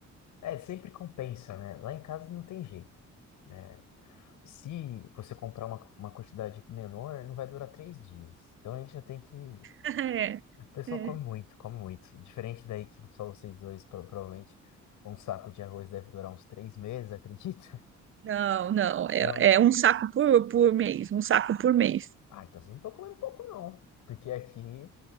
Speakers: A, on the left; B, on the right.
A: É, sempre compensa, né? Lá em casa não tem jeito. né Se você comprar uma, uma quantidade menor, não vai durar três dias. Então a gente já tem que.
B: <laughs> É,
A: O pessoal
B: é.
A: come muito, come muito. Diferente daí que só vocês dois, pro- provavelmente, um saco de arroz deve durar uns três meses, acredita?
B: Não, não. É,
A: <laughs> Não.
B: é um saco por, por mês, um saco por mês.
A: Ah, então vocês não estão comendo pouco, não. Porque aqui,